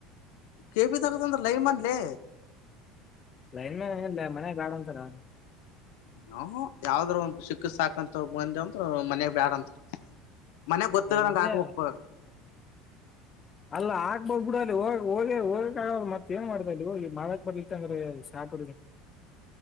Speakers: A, on the left (about 80°); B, on the left (about 30°).
A: ಕೆಪಿ ತರದ ಅಂದ್ರ ಲೈಮನ್ಲೆ
B: ಲೈನ್ ಮನ್ ಏ ಮನ ಬ್ಯಾಡಒಂತರ ಅವ
A: ನ ಯಾವ್ದ್ರ ಒಂದ ಚಿಕ್ಕ ಸಾಕಂತ ಮುಂದಜ ಅಂದ್ರ ಮನೆಯಾಗ ಬ್ಯಾಡ ಅಂತ ಮನ್ಯಾಗ ಗೊತ್ತಿಲ್ಲ ನಂಗ
B: ಇಜ್ಜ
A: ಆತ ಒಪ್ಪ
B: ಅಲ್ಲ ಆಾಕ್ಬ ಬಿಡ ಅಲ್ಲಿ ಹ ಹೋಗ ಹೋಗಕ್ ಆಗ ಮತ್ತತ್ ಏನ್ ಮಾಡುದ ಇಲ್ಲಿ ಹೋಗಿ ಮಾಡಕ್ ಬರ್ಲಿತ್ತ ಅಂದ್ರೆ ಸ್ಯಾಟ್